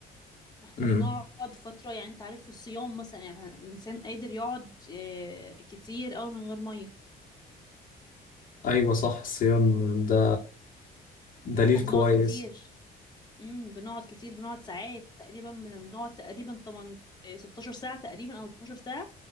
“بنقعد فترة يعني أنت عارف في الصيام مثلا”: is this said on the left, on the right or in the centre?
Left